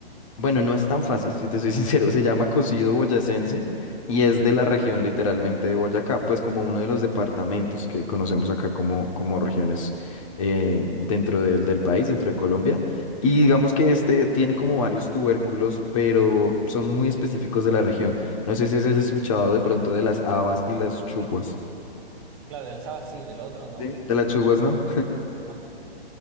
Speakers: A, on the left (about 30°); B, on the right (about 35°).
A: bueno, no es tan fácil, si te soy <laughs> sincero, se llama cocido boyacense y es de la región literalmente de Boyacá, pues como uno de los departamentos que conocemos acá como, como regiones eh, dentro del, del país, dentro de Colombia. Y digamos que este tiene como varios tubérculos, pero son muy específicos de la región. No sé si has escuchado de pronto de las habas y las chuguas.
B: Claro, del asado sí, del otro no.
A: Sí. De las chuguas, ¿no?
B: <laughs>